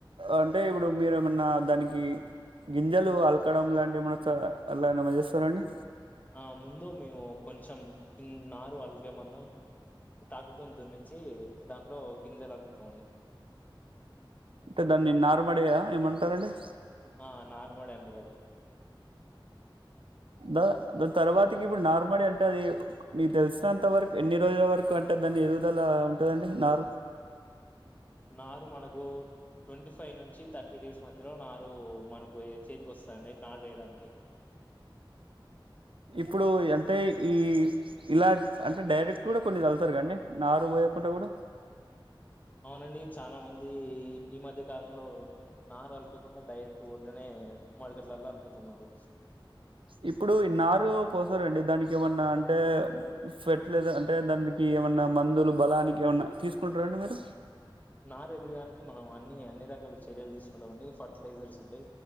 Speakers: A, on the right (about 80°); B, on the left (about 20°).
A: అంటే ఇప్పుడు మీరు ఏమన్నా దానికి గింజలు అలకడం లాంటివి మార్తారా అలా ఎమన్నా చేస్తారండి.
B: ఆ ముందు మేము కొంచెం నారు అలికే మందం ట్రాక్టర్ తోని దునిచ్చి దాంట్లో గింజలు అలుకుతామండి.
A: అంటే దాన్ని నార్మడేయా ఏమంటారండి.
B: ఆ నారుమడి అంటారు అది
A: దా దాని తర్వాతకి ఇప్పుడు నార్మడి అంటే అది, నీకు తెలిసినంత వరకు, ఎన్ని రోజుల వరకు అంటే, దాని ఎదుగుదల ఉంటదండి నారు.
B: నారు మనకు, ట్వంటీ ఫైయి నుంచి థర్టీ డేస్ మధ్యలో, నారు మనకు, చేతికి వొస్తాడండి నరు వేయడానికి.
A: ఇప్పుడు అంటే, ఈ ఇలా, అంటే డైరెక్ట్ కూడా కొన్ని చల్లతర్ కదండీ, నారు పోయకుండా కూడా.
B: అవునండి చాలా మందీ ఈ మధ్య. కాలంలో నారు అలకకుండా డైరెక్ట్ ఊట్లోనే మడకట్లలో అలుకుతున్నారు.
A: ఇప్పుడు ఇ నారు పోసరండి, దానికి ఏమన్నా అంటే, ఫర్టిలైజర్ అంటే దానికి ఏమన్నా మందులు, బలానికి ఏమన్నా తీసుకుంటారండి మీరు.
B: నార్ ఎదుగడానికి, మనం అన్ని అన్ని రకాలు చి. తెరల్. అక్కఉండి ఫర్టిలైజర్స్. ఉండి.